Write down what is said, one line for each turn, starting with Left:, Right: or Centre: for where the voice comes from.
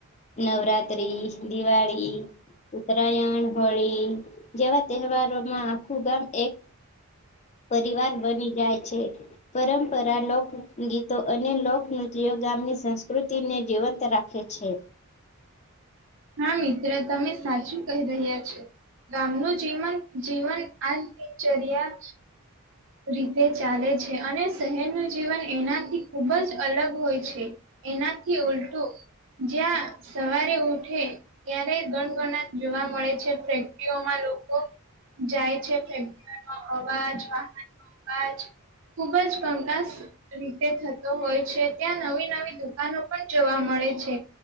Left: નવરાત્રી, દિવાળી ઉત્તરાયણ, હોળી, જેવા તહેવારોમાં આખું ગામ એક પરિવાર બની જાય છે. પરંપરા લોકગીતો અને લોકનૃત્યો ગામની સંસ્કૃતિને જીવંત રાખ ખે છે.
Right: હા મિત્ર, તમે સાચું કહી રહ્યા છો. ગામનું જીવન જીવન આજ દિનચર્યા રીતે ચાલે છે અને શહેરનું જીવન એનાથી ખૂબજ અલગ હોય છે. એનાથી ઉલટુ, જ્યાં સવારે ઉઠે ક્યારે ગણગણા જોવા મળે છે, ફેક્ટરીઓમાં લોકો જાય છે. ફેક્ટરીઓનો અવાજ, વાહનનો અવાજ ખુબજ કંકાસ રીતે થતો હોય છે. ત્યાં નવી નવી દુકાનો પણ જોવા મળે છે.